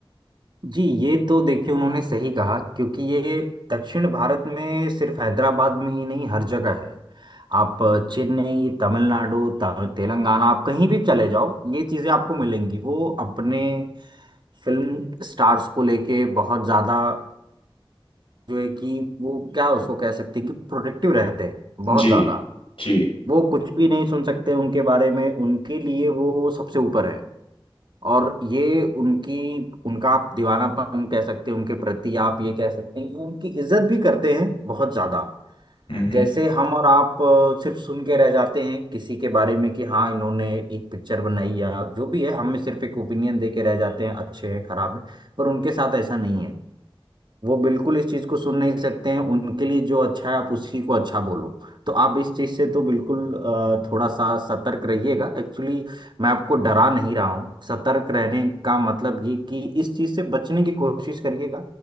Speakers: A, on the right; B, on the left.
A: जी ये तो देखिए उन्होंने सही कहा क्योंकि ये दक्षिण भारत में सिर्फ हैदराबाद में ही नहीं हर जगह है आप चेन्नई तमिलनाडु ता- तेलंगाना आप कहीं भी चले जाओ ये चीज़ें आपको मिलेंगी वो अपने फिल्म स्टार्स को लेके बहुत ज़्यादा जो है कि वो क्या उसको कह सकते हैं कि प्रोटेक्टिव रहते हैं बहुत
B: जी
A: ज़्यादा
B: जी
A: वो कुछ भी नहीं सुन सकते उनके बारे में उनके लिए वो सबसे ऊपर है और ये उनकी उनका आप दीवानापन कह सकते हैं उनके प्रति आप ये कह सकते हैं कि वो उनकी इज्जत भी करते हैं बहुत ज्यादा
B: हम्म
A: जैसे हम और आप अ, सिर्फ सुन के रह जाते हैं किसी के बारे में कि हाँ इन्होंने एक पिक्चर बनाई या जो भी है हम में सिर्फ एक ओपिनियन दे के रह जाते हैं अच्छे हैं खराब है पर उनके साथ ऐसा नहीं है वो बिल्कुल इस चीज को सुन नहीं सकते हैं उनके लिए जो अच्छा है आप उसी को अच्छा बोलो तो आप इस चीज से तो बिल्कुल अ, थोड़ा सा सतर्क रहिएगा एक्चुअली मैं आपको डरा नहीं रहा हूँ सतर्क रहने का मतलब ये कि इस चीज से बचने की कोशिश करिएगा